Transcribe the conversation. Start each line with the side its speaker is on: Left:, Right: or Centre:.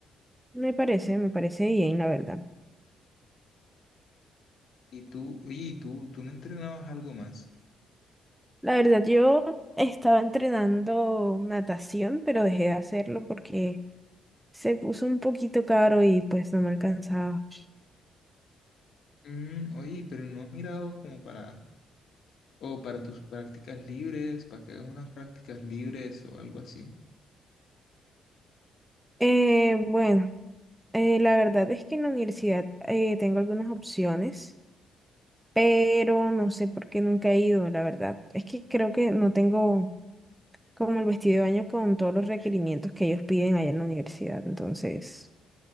Centre: Me parece, me parece bien, la verdad.
Left: Y tú, oye, ¿y tú, tú no entrenabas algo más.
Centre: La verdad, yo estaba entrenando natación, pero dejé de hacerlo porque se puso un poquito caro y pues no me alcanzaba.
Left: Mm, oye, pero no has mirado como para, o para tus prácticas libres, para que hagas unas prácticas libres o algo así.
Centre: Eh, bueno, eh, la verdad es que en la universidad eh, tengo algunas opciones. pero no sé por qué nunca he ido, la verdad. Es que creo que no tengo como el vestido de baño con todos los requerimientos que ellos piden allá en la universidad, entonces,